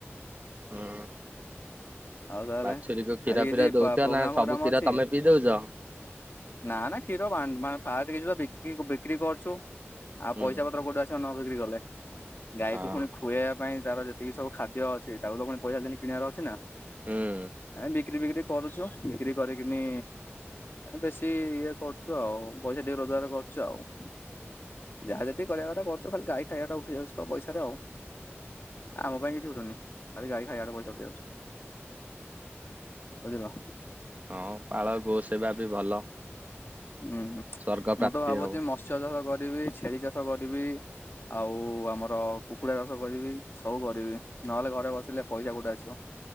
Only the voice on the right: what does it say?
ହୁଁ।
ବାଛୁରୀ କୁ କ୍ଷୀର
ଫିର ଦଉଛ
ନା ସବୁ
କ୍ଷୀର
ତମେ ପିଇ ଦଉଛ?
ହୁଁ
ହଁ
ହୁଁ।
ହଁ ପାଳ ଗୋ ସେବା ବି ଭଲ।
ସ୍ଵର୍ଗ ପ୍ରାପ୍ତି
ହବ